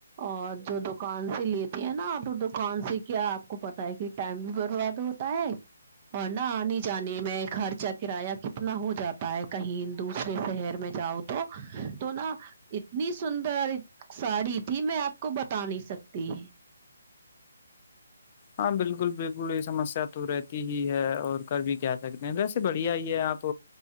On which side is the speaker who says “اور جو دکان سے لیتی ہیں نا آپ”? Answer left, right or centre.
Right